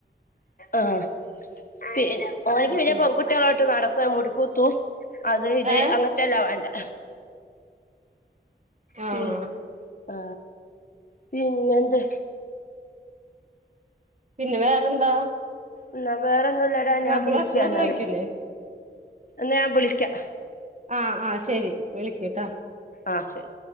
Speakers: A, on the left; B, on the right.
A: ആഹ് പി ഓനിക്ക്
B: അത്
A: പിന്നെ
B: ശരി
A: പെൺകുട്ട്യാളോട്ട് നടക്ക മുടിക്കൂത്തും അത് ഇത്
B: ഏഹ്
A: അങ്ങൻത്തല്ലാം വേണ്ടെ. പിസ്
B: ആഹ്
A: ആ പിന്നെന്ത്?
B: പിന്നെ വേറെന്താ?
A: എന്നാ വേറെന്നുംല്ലടാ ഞാൻ
B: മക്കള്
A: വിളിക്യാ
B: ഭക്ഷണൊക്കെ
A: എന്നാല്
B: കഴിക്കൂലേ
A: എന്നാ ഞാൻ വിളിക്ക്യാ.
B: ആഹ് ആഹ് ശരി വിളിക്ക്ട്ടാ.
A: ആഹ് ശെരി.